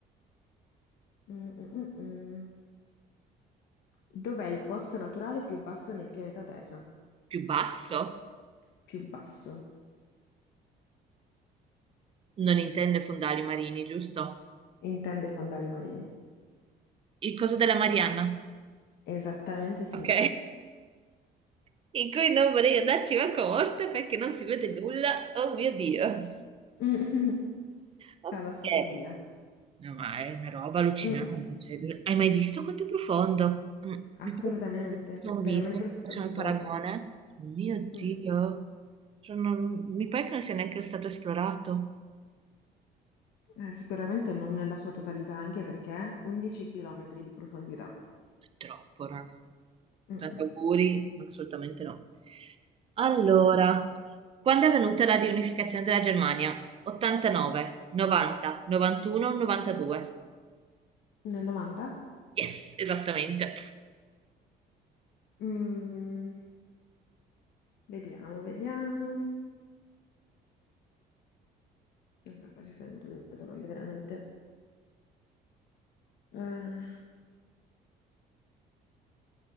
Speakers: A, on the left; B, on the right.
A: mm, mm, mm, mm. Dov'è il posto naturale più basso nel pianeta Terra?
B: Più basso?
A: Più basso.
B: Non intende fondali marini, giusto?
A: Intende i fondali marini.
B: Il coso della Marianna.
A: Esattamente sì.
B: Ok. <laughs> In cui non vorrei andarci manco morta perché non si vede
A: Mm,
B: nulla. Oh mio Dio.
A: <laughs>
B: Ok.
A: Talassofobia.
B: No, ma è una roba allucinante.
A: Mm,
B: cioè, l- hai mai visto quanto è profondo? Mm,
A: Assolutamente,
B: Mi pare che sia un
A: veramente
B: video,
A: spaventoso.
B: facciamo il paragone. Oh Mio Dio.
A: Mm,
B: Cioè, non- mi pare che non sia neanche stato esplorato.
A: eh, sicuramente non nella sua totalità, anche perché 11 km di profondità.
B: Troppo, raga.
A: Mm-mm.
B: Tanti auguri, No, assolutamente no. Allora, quando è avvenuta la riunificazione della Germania? 89, 90, 91, 92.
A: Nel 90?
B: Yes, esattamente.
A: Mm, vediamo, vediamo. Vabbè, qua ci sono delle domande veramente. Eh,